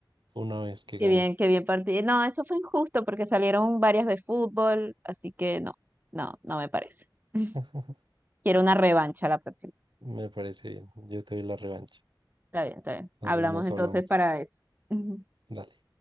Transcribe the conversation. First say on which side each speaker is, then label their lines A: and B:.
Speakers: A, on the right; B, on the right.
A: una vez que gano.
B: Qué bien, qué bien partido. No, eso fue injusto porque salieron varias de fútbol, así que no, no, no me parece. <laughs>
A: <laughs>
B: Quiero una revancha la próxima.
A: Me parece bien. Yo te doy la revancha.
B: Está bien, está bien.
A: Entonces
B: Hablamos
A: nos
B: entonces
A: hablamos.
B: para eso. <laughs>
A: Dale.